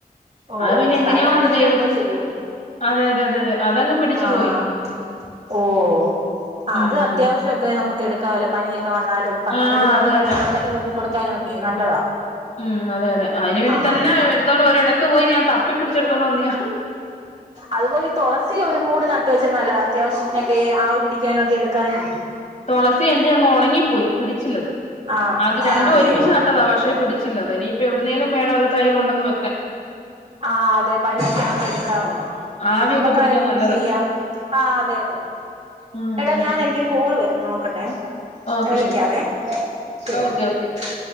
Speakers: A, on the right; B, on the left.
A: ഓ
B: അത്
A: ഓ
B: പിന്നെ
A: സ്ഥലോ
B: എങ്ങനെയോ അത്
A: ഇല്ലെങ്കിലും
B: ദൈവത്തിൻ
A: എന്തോ ചെയ്യും
B: അതെ അതെ അതെ അതെ അതങ്ങ് പിടിച്ചു
A: ആഹ്
B: പോയി
A: ഓഹ് ആ
B: ഉം
A: അത് അത്യാവശ്യം ഒക്കെ നമുക്ക്ടുക്കാവല്ല പനിയൊക്കെ വന്നാലും കഫക്കെട്ടിനോക്കെ
B: ആ അത് തന്നെ
A: തൊട്ടക്കക്ക്ങ്ങി കൊടുക്കാനും ഒക്കെ നല്ലതാ
B: ഉം അതെ അതെ, അതിനന് വേണ്ടി
A: ആഹ്
B: തന്നെ എടുത്തോണ്ട് ഒരിടത്ത് പോയി ഞാൻ തപ്പിപ്പടിച്ചെടുത്തോണ്ടണ്ട് വന്നിയ
A: അതുപോലെ ഈ തുളസസി ഒരു മൂട് നട്ട് വെച്ചാ നല്ലതാ, അത്യാവശ്യത്തിനൊക്കെ ആവി പിടിക്കാനും ഒക്കെ എടുക്കാനും
B: തുളസി എന്റെ അങ്ങ് ഉണങ്ങിപ്പോയി പിടിച്ചില്ലത്
A: ആഹ്
B: അത്, രണ്ടും
A: അതെയോ
B: ഒരുമിച്ച് നട്ടതാ പക്ഷെ പിടിച്ചി ച്ചില്ല അത് ഇനിപ്പോ എവിടുന്നേലും വേണം ഒരു തൈ കൊണ്ടെന് വെകാൻ
A: ആഹ് അതെ പനി എടുക്കാമല്ലോ
B: ആവിയൊക്കെ
A: നമ്മുക്കാര്
B: പിടിക്കാൻ നല്ലതാ.
A: യൂസ് ചെയ്യാം ആഹ് അതെ അതെ,
B: ഉം
A: എടാ
B: ഉം
A: ഞാൻ എനിക്കൊരു കോള് വരുന്നു നോക്കട്ടെ
B: ഓക്കെ
A: വിളിക്കാവേ,
B: ശരി.
A: ശരി
B: ഓക്കെ ഓക്കെ.